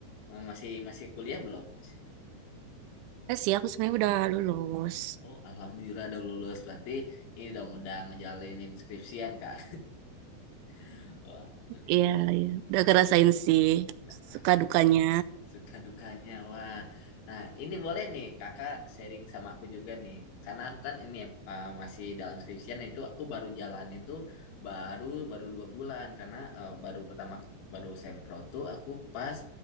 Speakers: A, on the left; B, on the right.
A: masih masih kuliah belum masih kuliah.
B: Eh sih, aku sebenarnya udah lulus.
A: Oh, alhamdulillah udah lulus. Berarti ini dong udah ngejalanin skripsian, Kak. <laughs> Oh, alhamdulillah.
B: Iya, iya. Udah ngerasain sih
A: Udah kerasa.
B: suka dukanya.
A: Suka dukanya, wah. Nah, ini boleh nih kakak sharing sama aku juga nih. Karena aku kan ini eh, masih dalam skripsian itu aku baru jalanin tuh baru baru dua bulan karena eh, baru pertama baru sempro tuh aku pas